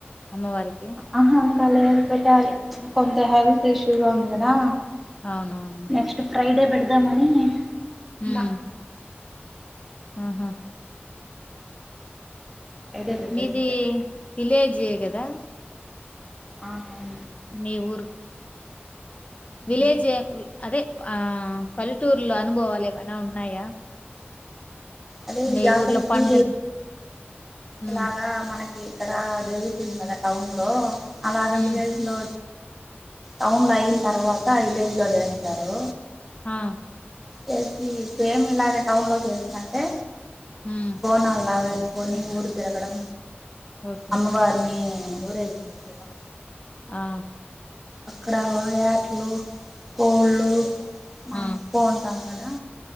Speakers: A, on the left; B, in the centre.
A: అమ్మవారికి
B: ఆహా ఇంకా లేదు పెట్టాలి కొంత హెల్త్ ఇష్యూగా ఉంది కదా
A: అవునవును
B: నెక్స్ట్ ఫ్రైడే పెడదామని
A: ఉమ్మ్
B: ఉన్నా
A: ఆహా
B: ఐడే పెట్టేస్తారు
A: మీది విలేజే కదా
B: ఆ అవును
A: మీ ఊరు విలేజే
B: ఉమ్.
A: అదే ఆ పల్లెటూరులో అనుభవాలు ఏవైనా ఉన్నాయా
B: అదే
A: మీ
B: జాతరకి
A: ఊర్లో పండగ హ్మ్
B: ఇలాగా మనకి ఇక్కడ జరుగుతుంది కదా టౌన్‌లో అలాగ
A: హ్మ్
B: విలేజ్లో టౌన్‌లో అయిన తర్వాత విలేజ్లో చేస్తారు
A: ఆ
B: చేసి సేమ్ ఇలాగే టౌన్లో చేసినట్టే
A: ఉమ్మ్
B: బోనాలగా ఎత్తుకొని ఊరు తిరగడం
A: ఓకే
B: అమ్మవారిని ఊరేగించచ్చడం
A: ఆ
B: అక్కడ వేట్లు కోళ్ళు మా
A: ఆ
B: కోంటాం కదా